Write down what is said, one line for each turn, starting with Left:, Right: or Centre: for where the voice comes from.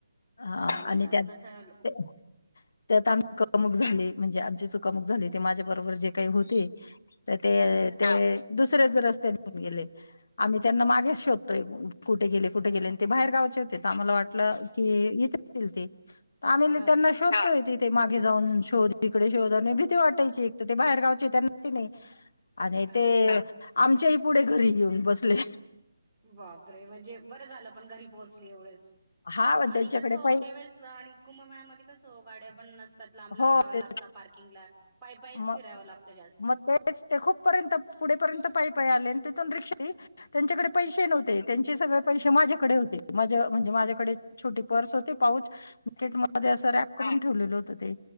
Left: हा
Centre: आणि
Left: त्यात
Centre: कसं आहं
Left: ते त्यात <inaudible> चुकामुक झाली म्हणजे आमची चुकामुक झाली ते माझ्या बरोबर जे काही होते. तर ते
Centre: हां
Left: ते दुसऱ्याच रस्ताने निऊन गेले आम्ही त्यांना मागे शोधतोय-‍- कुठे गेले कुठे गेले आणि ते बाहेर गावचे होते आम्हाला वाटलं की येतील ते आम्हीबी
Centre: हां
Left: त्यांना शोधतोय तिथे मागे जाऊन शोध इकडे शोध आणि भीती वाटयची एक तर ते बाहेरगावची त्यांना ती नाही
Centre: <unintelligible>
Left: आणि
Centre: हां
Left: ते आमच्याही पुढे घरी येऊन बसले,
Centre: बापरे म्हणजे बरं झालं पण घरी पोहोचली एवढेच
Left: हा
Centre: आणि
Left: त्यांच्याकडे
Centre: कसं हो
Left: पै
Centre: त्यावेळेस स आणि कुंभमेळ्यामध्ये कसं गाड्या पण नसत‍ त्यात लांब लांब
Left: हो
Centre: लावाव
Left: ते
Centre: लागत पार्किंगला पायपाईच
Left: मग
Centre: फिरावं लागतं जास्त.
Left: मग तेच ते खूपपर्यंत पुढेपर्यंत पाई पाई आले आणि तिथून रिक्षा आली त्यांच्याकडे पैसे नव्हते त्यांची सगळ पैसे माझ्याकडे होते माझ म्हणजे माझ्याकडे छोटी पर्स होते पाऊच तेच मला
Centre: हां,
Left: दया सरआ करून ठेवलेलं होत ते